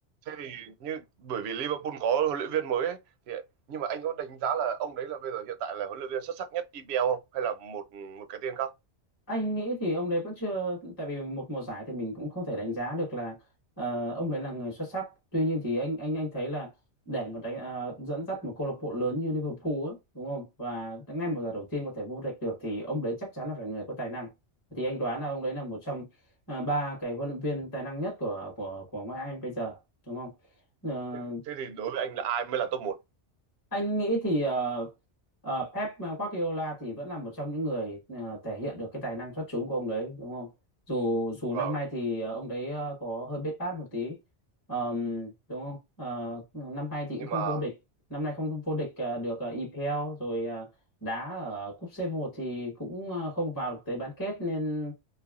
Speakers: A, on the right; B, on the left.
A: Thế thì như bởi vì Liverpool có huấn luyện viên mới ấy, thì nhưng mà anh có đánh giá là ông đấy là bây giờ hiện tại là huấn luyện viên xuất sắc nhất EPL không hay là một một cái tên khác?
B: anh nghĩ thì ông đấy vẫn chưa tại vì một mùa giải thì mình cũng không thể đánh giá được là ờ, ông đấy là người xuất sắc tuy nhiên thì anh anh anh thấy là để một đánh ờ, dẫn dắt một câu lạc bộ lớn như Liverpool á, đúng không và ngay mùa giải đầu tiên có thể vô địch được thì ông đấy chắc chắn là phải người có tài năng thì anh đoán là ông đấy là một trong ờ, ba cái huấn luyện viên tài năng nhất của của của ngoại hạng Anh bây giờ đúng không Ờ,
A: Thế, thế thì đối với anh là ai mới là top một?
B: anh nghĩ thì ờ, ờ, Pep Guardiola thì vẫn là một trong những người ờ, thể hiện được cái tài năng xuất chúng của ông đấy đúng không? Dù dù
A: Vâng.
B: năm nay thì ờ, ông đấy ờ, có hơi bết bát một tí Ờm, đúng không? Ờ, năm nay thì
A: Nhưng
B: cũng không
A: mà
B: vô địch, năm nay không vô địch ờ, được ờ, EPL rồi ờ, đá ở cúp c một thì cũng ờ, không vào được tới bán kết nên